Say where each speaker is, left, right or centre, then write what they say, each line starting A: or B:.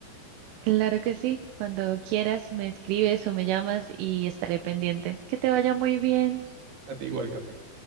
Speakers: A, on the right; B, on the right.
A: Claro que sí, cuando quieras me escribes o me llamas y estaré pendiente. Que te vaya muy bien.
B: A ti igual, Catherine.